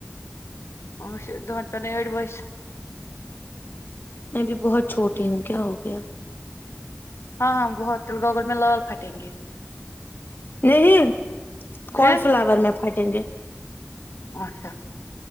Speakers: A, on the left; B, on the left.
A: <unintelligible>
B: میں ابھی بہت چھوٹی ہوں کیا ہو گیا
A: ہاں ہاں بہت تل گاگل میں لال پھٹیں گے
B: نہیں کال
A: پھر
B: فلاور میں پھٹیں گے
A: اچھا